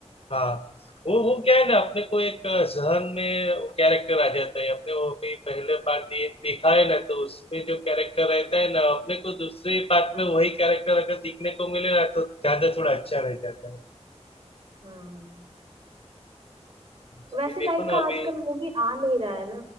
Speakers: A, on the left (about 55°); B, on the right (about 50°).
A: हाँ वो वो क्या है ना अपने को एक अ, जहन में वो कैरेक्टर आ जाता है अपने वो भी पहले पार्ट देखा है ना तो उसमें जो कैरेक्टर रहता है ना अपने को दूसरे पार्ट
B: हाँ
A: में वही कैरेक्टर अगर दिखने को मिले ना तो ज्यादा थोड़ा अच्छा रह जाता है
B: हाँ
A: अभी
B: वैसे
A: देखो
B: टाइप
A: ना
B: का
A: अभी
B: आजकल मूवी आ नहीं रहा है ना